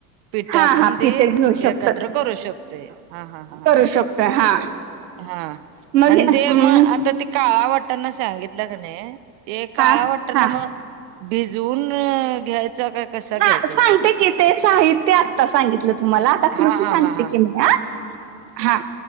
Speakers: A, on the right; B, on the right.
A: पिठ
B: हा
A: आपण
B: हा
A: ते
B: पिठे घेऊ शकतो
A: एकत्र करू शकतोय हा हा हां
B: करू शकतो हा
A: हा
B: मग
A: आणि
B: हम्म,
A: ते म आता ते काळा वाटना सांगितलं का नाही ते काळा
B: हा
A: वाटना
B: हा
A: मग भिजून घ्यायचा का कसा घ्यायचा
B: हा सांगते
A: तो
B: कि ते साहित्य आत्ता सांगितलं तुम्हाला. आता कृती
A: हा हा
B: सांगते
A: हा हा
B: की मी हा